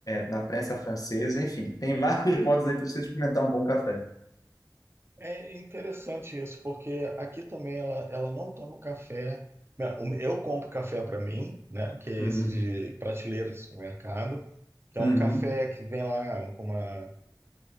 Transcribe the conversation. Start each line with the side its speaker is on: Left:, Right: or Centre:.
Left: na prensa francesa, enfim, tem vários <laughs> modos aí para você experimentar um bom café.
Right: É interessante isso, porque aqui também ela, ela não toma café. Não, o- Eu compro café para mim, né? Que é
Left: Uhum,
Right: esse de prateleira do supermercado, que é
Left: uhum.
Right: um café que vem lá com uma,